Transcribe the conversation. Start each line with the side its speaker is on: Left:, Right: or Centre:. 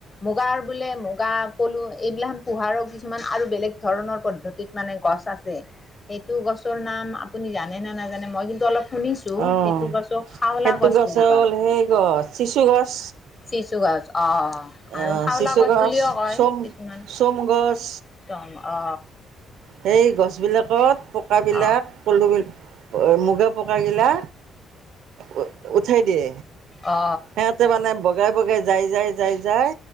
Left: মুগাৰ বোলে মুগা পলু এইবিলাখান পোহাৰৰ কিছুমান আৰু বেলেগ ধৰণৰ পদ্ধতিত মানে গছ আছে সেইটো গছ ৰ নাম আপুনি জানে নে নাজানে মই কিন্তু অলপ শুনিছো
Right: অঁ
Left: সেইটো গছো খাওলা
Right: সেইটো
Left: গছ বুলি
Right: হ'ল
Left: কয়
Right: সেই গছ চিচু গছ
Left: চিচু গছ অ,
Right: আহ
Left: আৰু শাউলা
Right: চিচু
Left: গছ বুলিয় কয়
Right: চোম
Left: কিছুমান
Right: চোম গছ
Left: একদম অ,
Right: সেই গছ বিলাক <unintelligible> পকা বিলাক
Left: অ
Right: পলু <unintelligible> অ, মুগা পকা গি লা উ উঠাই দে।
Left: অ
Right: সিহঁতে মানে বগাই বগাই যাই যাই যাই যাই